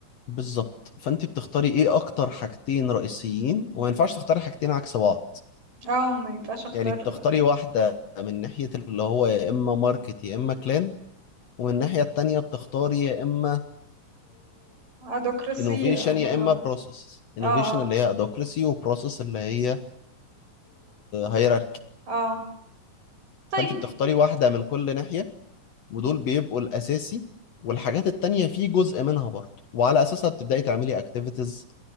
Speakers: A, on the left (about 60°); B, on the right (about 70°).
A: بالظبط فانت بتختاري ايه اكتر حاجتين رئيسيين وما ينفعش تختاري حاجتين عكس بعض
B: اه ما ينفعش اختار
A: يعني بتختاري واحدة من ناحية اللي هو يا اما ماركت يا اما كلان ومن الناحية التانية بتختاري يا اما
B: ادوكراسي
A: انوفيشن
B: او
A: يا اما
B: او
A: بروسيس انوفيشن
B: اه اه
A: اللي هي ادوكراسي وبروسيس اللي هي هيراركي
B: اه طيب
A: فانت بتختاري واحدة من كل ناحية ودول بيبقوا الاساسي والحاجات التانية في جزء منها برضه وعلى أساسها بتبدأي تعملي أكتيفيتيز